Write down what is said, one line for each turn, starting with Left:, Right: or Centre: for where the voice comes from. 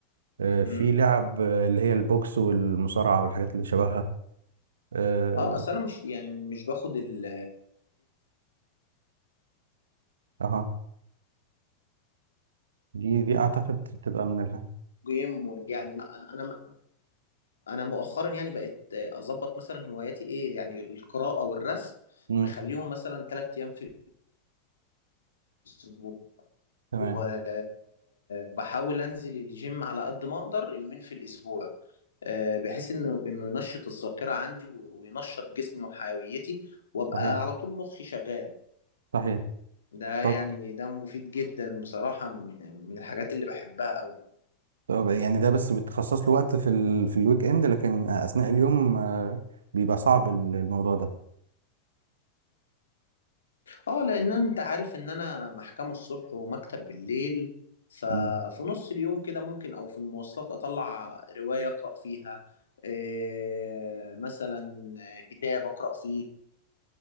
Right: آه في
Left: مم.
Right: لعب آه اللي هي البوكس والمصارعة والحاجات اللي شبهها آه،
Left: اه اصل انا مش يعني مش باخد ال-
Right: اها دي دي اعتقد تبقى من الهم
Left: جيم وال... يعني لا، انا انا مؤخرا يعني بقيت اظبط مثلا هواياتي ايه يعني القراءه والرسم
Right: امم
Left: مخليهم مثلا ثلاث ايام في الاسبوع
Right: تمام
Left: و- وبحاول انزل الجيم على قد ما اقدر يومين في الاسبوع آه، بحيث انه انه ينشط الذاكره عندي و- وينشط جسمي وحيويتي وابقى
Right: صحيح
Left: على طول مخي شغال
Right: صحيح
Left: ده
Right: طب
Left: يعني ده مفيد جدا بصراحه من من الحاجات اللي بحبها قوي
Right: طب يعني ده بس بتخصص له وقت في ال... في الويك اند لكن اثناء اليوم آه، بيبقى صعب ال- الموضوع ده
Left: اه لان انت عارف ان انا محكمة الصبح ومكتب بالليل ففي
Right: مم.
Left: نص اليوم كده ممكن او في المواصلات اطلع رواية اقرأ فيها إيه مثلا آه، كتاب اقرأ فيه